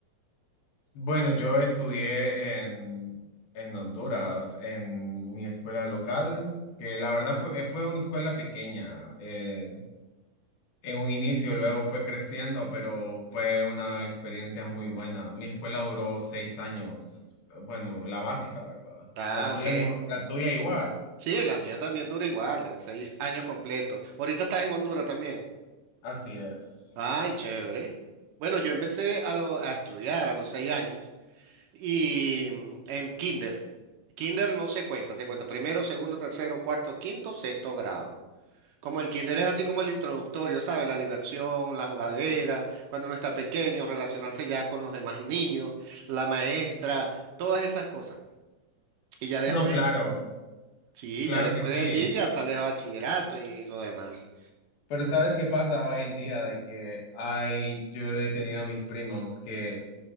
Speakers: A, on the left; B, on the right.
A: Bueno, yo estudié en, en Honduras, en mi escuela local, que la verdad fue, fue una escuela pequeña. eh, en un inicio, luego fue creciendo, pero fue una experiencia muy buena. Mi escuela duró seis años, bueno, la básica, ¿verdad?
B: Ah,
A: La tuya,
B: ok.
A: mi- la tuya igual.
B: Sí, la mía también dura igual, eh, seis años completos. Ahorita estás en Honduras también.
A: Así es.
B: Ay, chévere. Bueno, yo empecé a, lo- a estudiar a los seis años y mm, en kinder. Kinder no se cuenta, se cuenta primero, segundo, tercero, cuarto, quinto, sexto grado. Como el kinder es así como el introductorio, ¿sabes? La diversión, la jugadera, cuando uno está pequeño, relacionarse ya con los demás niños, la maestra, todas esas cosas. Y ya después,
A: No, claro,
B: sí,
A: claro
B: ya después
A: que sí.
B: de allí ya sales a bachillerato y lo demás.
A: Pero ¿sabes qué pasa hoy en día? De que hay, yo he tenido mis primos que